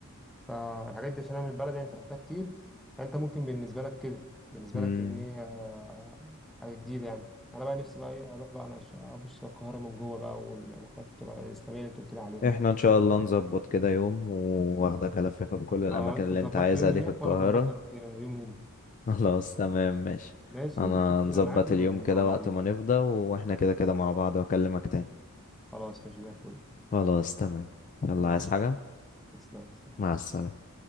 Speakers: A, in the centre; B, on the left.
A: فالحاجات دي عشان انا من البلد يعني فرحتها كتير فانت ممكن بالنسبه لك كده بالنسبه
B: امم
A: لك ان هي آه، حاجه جديده يعني انا بقى نفسي بقى ايه اروح بقى انا ش- ابص على القاهره من جوه بقى والمحلات الترا- الاسلاميه اللي انت قلت لي عليها
B: احنا
A: دي
B: ان شاء الله نظبط كده يوم واخدك الففك كل الاماكن
A: اه انت
B: اللي
A: تظبط
B: انت عايزها
A: لي يوم
B: دي
A: هناك
B: في القاهره
A: وانا اظبط لك يوم هنا
B: <laughs> خلاص تمام ماشي
A: ماشي
B: انا
A: نشوف
B: نظبط
A: كده ميعاد ون-
B: اليوم كده
A: مع بعضينا
B: وقت ما نفضى واحنا كده كده مع بعض واكلمك تاني
A: خلاص ماشي زي الفل
B: خلاص تمام يلا
A: ماشي
B: عايز حاجة
A: يلا. تسلم سلام
B: مع السلامة